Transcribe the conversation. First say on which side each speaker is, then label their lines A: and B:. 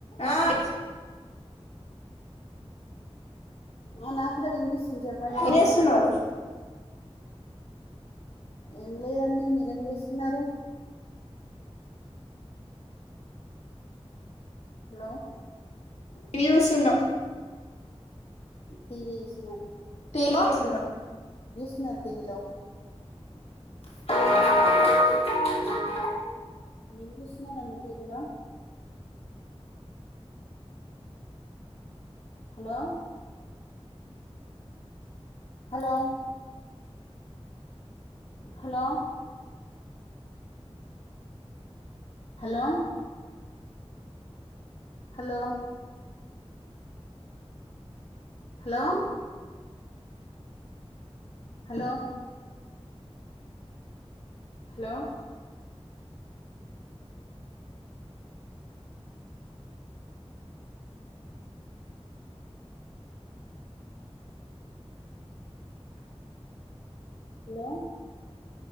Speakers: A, on the left; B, on the left.
A: ఆ
B: ఆ నాకు కూడా వినిపిస్తుంది చెప్పండి ఏంటన్న
A: ఏం చేస్తున్నారు
B: ఏం లేదండి మీరేం చేస్తున్నారు హలో
A: టీవీ యూసున
B: టీవీ యూస్
A: తిని కూసున్న
B: <unintelligible> hello hello hello hello hello hello hello hello లో